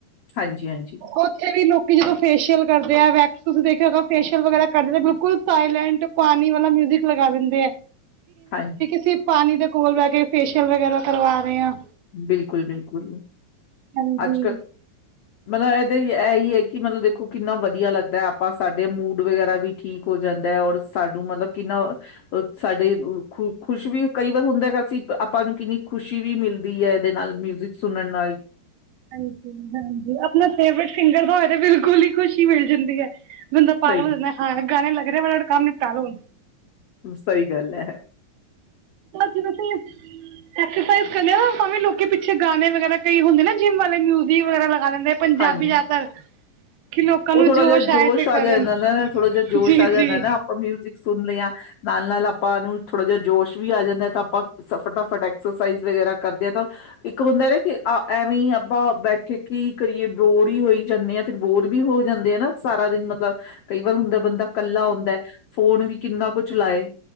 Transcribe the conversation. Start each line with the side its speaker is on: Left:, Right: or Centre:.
Left: ਹਾਂਜੀ ਹਾਂਜੀ
Right: ਉੱਥੇ ਵੀ ਲੋਕੀ ਜਦੋਂ ਫੇਸ਼ੀਅਲ। ਕਰਦੇ ਹੈ। ਵੈਕ ਤੁਸੀਂ ਦੇਖਿਆ ਹੋਣਾ ਫੇਸ਼ਅਲ ਵਗਰਾ ਕਰਦੇ ਬਿਲਕੁਲ ਸਾਇਲੈਂਟ ਪਾਣੀ ਵਾਲਾ ਮਿਊਜਿਕ ਲਗਾ ਦਿੰਦੇ ਆ।
Left: ਹਾਂਜੀ।
Right: ਅਸੀਂ ਪਾਣੀ ਦੇ ਕੋਲ ਬੈ ਕੇ ਫੇਸ਼ੀਅਲ ਵਗੈਰਾ ਕਰਵਾ ਰਹੇ ਹਾਂ।
Left: ਬਿਲਕੁਲ ਬਿਲਕੁਲ
Right: ਹਾਂਜੀ
Left: ਅੱਜ ਕੱਲ। ਮਤਲਬ ਇਹਦੇ ਇਹੀ ਹੈ ਕਿ ਮਤਲਬ ਦੇਖੋ ਕਿੰਨਾ ਵਧੀਆ ਲੱਗਦਾ। ਆਪਾਂ ਸਾਡੇ ਮੂਡ ਵਗੈਰਾ ਵੀ ਠੀਕ ਹੋ ਜਾਂਦਾ ਹੈ। ਔਰ ਸਾਨੂੰ ਮਤਲਬ ਕਿੰਨਾ ਸਾਡੇ ਖ ਖੁਸ਼ ਵੀ ਕਈ ਵਾਰ ਹੁੰਦਾ ਗਾ ਅ ਸੀ ਆਪਾਂ ਨੂੰ ਕਿੰਨੀ ਖੁਸ਼ੀ ਵੀ ਮਿਲ। ਹੈ ਇਹਦੇ ਨਾਲ ਮਿਊਜਿਕ ਸੁਣਨ ਨਾਲ
Right: ਹਾਂਜੀ ਹਾਂਜੀ ਆਪਣਾ ਫੇਵਰੇਟ ਸਿੰਗਰ ਤਾਂ ਹੋ ਬਿਲਕੁਲ ਹੀ ਖੁਸ਼ੀ ਮਿਲ ਜਾਂਦੀ ਹੈ ਬੰਦਾ ਪਾਗਲ
Left: ਸਹੀ
Right: ਹੋ ਜਾਂਦਾ ਹਾਂ ਗਾਣੇ ਲੱਗ ਰਹੇ ਮੇੜਮ <inaudible>
Left: ਸਹੀ ਗੱਲ ਐਂ
Right: ਕੀ ਤੁਸੀਂ ਐਕਸਰਸਾਈਜ਼ ਕਰਦੇ ਓ ਭਾਵੇਂ ਲੋਕੀ ਪਿੱਛੇ ਗਾਣੇ ਵਗੈਰਾ ਕਈ ਹੁੰਦੇ ਨਾ ਜਿੰਮ ਵਾਲੇ ਮਿਊਜ਼ <unintelligible> ਵਗੈਰਾ ਲਗਾ ਲਿੰਦੇ ਆ ਪੰਜਾਬੀ
Left: ਹਾਂਜੀ।
Right: ਜ਼ਿਆਦਾਤਰ ਕਿ ਲੋਕਾਂ ਨੂੰ
Left: ਉਹ ਥੋੜਾ ਜਿਹਾ ਜੋਸ਼
Right: ਆਏ ਤੇ
Left: ਆ
Right: ਕਰਨ
Left: ਜਾਂਦਾ ਨਾ ਥੋੜ੍ਹਾ ਜਿਹਾ ਜੋਸ਼
Right: ਜੀ
Left: ਆ
Right: ਜੀ
Left: ਜਾਂਦਾ ਨਾ ਆਪਾਂ ਮਿਊਜਿਕ ਸੁਣ ਦੇ ਹਾਂ ਨਾਲ ਨਾਲ ਆਪਾਂ ਨੂੰ ਥੋੜਾ ਜਿਹਾ ਜੋਸ਼ ਵੀ ਆ ਜਾਂਦਾ ਤਾਂ ਆਪਾਂ ਫਟਾਫਟ ਐਕਸਰਸਾਈਜ਼ ਵਗੈਰਾ ਕਰਦੇ ਹਾਂ ਤਾਂ ਇੱਕ ਹੁੰਦਾ ਨਾ ਕਿ ਐਵੇਂ ਆਪਾਂ ਬੈਠੇ ਕੀ ਕਰੀਏ ਬੋਰ ਹੀ ਹੋਈ ਜਾਂਦੇ ਹਾਂ ਫਿਰ ਬੋਰ ਵੀ ਹੋ ਜਾਂਦੇ ਆ ਨਾ ਸਾਰਾ ਦਿਨ ਮਤਲਬ ਕਈ ਵਾਰ ਹੁੰਦਾ ਬੰਦਾ ਕੱਲਾ ਹੁੰਦਾ ਫੋਨ ਵੀ ਕਿੰਨਾ ਕੁਛ ਲਾਏ